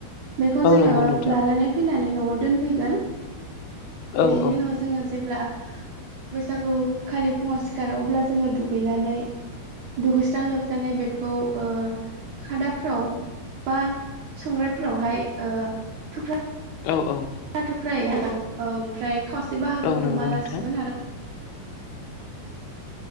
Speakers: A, on the right; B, on the left.
A: बेखौ
B: औ
A: जोङो
B: नंगौ नोंथां
A: लानानै फैनानै न'आव दोनफैगोन
B: औ
A: बेनि
B: औ
A: उनाव जोङो जेब्ला बैसागु खालि फुङाव सिखारो अब्ला जोङो दुगैनानै दुगैस्रां लोबस्राङै बेखौ ओ खादाफ्राव बा संग्रायफोरावहाय ओ थुख्रा
B: औ औ
A: थुख्रायै हायो ओमफ्राय खावसे बाहागोखौ
B: औ नंगौ
A: माला
B: नोंथां
A: सुगोन आरो